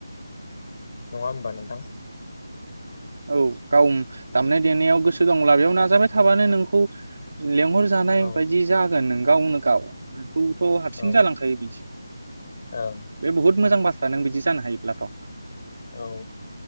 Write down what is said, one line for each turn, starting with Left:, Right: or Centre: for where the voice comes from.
Left: नङा होमबा नों
Right: औ औ। दामनाय देनायाव गोसो दंब्ला बेयाव नाजाबाय थाबानो नोंखौ लेंहरजानाय
Left: औ
Right: बायदि जागोन नों गावनो गाव खौथ' हारसिं
Left: औ
Right: जालांखायो बिदि
Left: ओं
Right: बे बहुद मोजां बा नों बिदि जानो हायोब्लाथ'
Left: औ